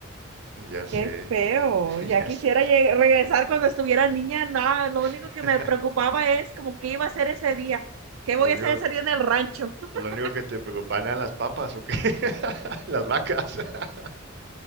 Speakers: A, on the right; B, on the right.
A: Ya sé,
B: Qué feo,
A: <laughs>
B: ya
A: ya
B: quisiera
A: sé.
B: lleg- regresar cuando estuviera niña, nada, lo
A: <laughs>
B: único que me preocupaba es como qué iba a hacer ese día, qué voy
A: Lo único,
B: a hacer ese día en el rancho. <laughs>
A: lo único que te preocupan eran las papas, ¿o qué? <laughs> Las vacas. <laughs>